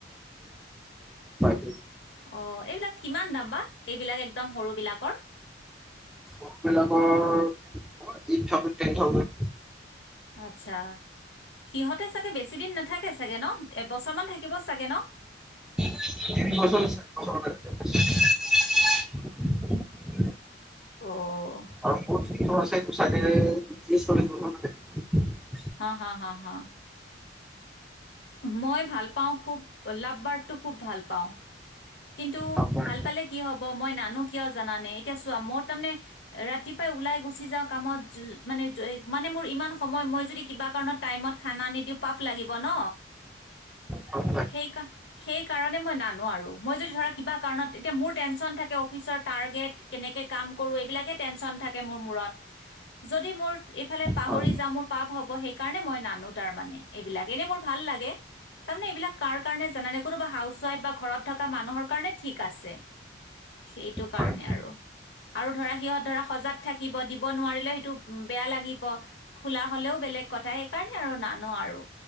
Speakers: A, in the centre; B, on the left.
A: <unintelligible>
B: অ ', এইবিলাক কিমান দাম বা? এইবিলাক একদম সৰু বিলাকৰ,
A: এইবিলাকৰ এইট থাউজেনড, টেন থাউজেনড।
B: আচ্ছা, সিহঁতে চাগে বেছি দিন নাথাকে চাগে ন? এবছৰ মান থাকিব চাগে ন?
A: <unintelligible>
B: অহ,
A: <unintelligible> অহ আছেতো চাগে তিৰিছ চল্লিশ বছৰ মান থাকিব।
B: হা হা হা হা মই ভাল পাওঁ খুব লাভ বাৰড টো খুব ভাল পাওঁ কিন্তু
A: আপোনাৰ
B: ভাল পালে কি হ'ব মই নানো কিয় জানানে এতিয়া চোৱা মই তাৰমানে ৰাতিপুৱাই ওলাই গুচি যাওঁ কামত, মানে- মানে মোৰ ইমান সময় মই যদি কিবা কাৰণত টাইমত খানা নিদিওঁ পাপ লাগিব ন',
A: হয়
B: সেই -সেই কাৰণে মই নানো, আৰু মই যদি ধৰা কিবা কাৰণত এতিয়া মোৰ টেনচন থাকে অফিচৰ টাৰ্গেট কেনেকে কাম কৰো এইবিলাকে টেনচন থাকে মোৰ মূৰত, যদি মোৰ এইফালে পাহৰি
A: হয়
B: যাও মোৰ পাপ হব সেই কাৰণে মই নানো তাৰ মানে, এইবিলাক এনেই মোৰ, ভাল লাগে তাৰমানে এইবিলাক কাৰ কাৰণে জান নে কোনোবা হাউচ- ৱাইফ বা ঘৰত থকা মানুহৰ কাৰণে ঠিক আছে সেইটো কাৰণে
A: হয়
B: আৰু। আৰু ধৰা সিহঁত ধৰা সজাগ থাকিব দিব নোৱাৰিলেও সেইটো বেয়া লাগিব খোলা হলেও বেলেগ কথা সেইকাৰণে আৰু নানো আৰু।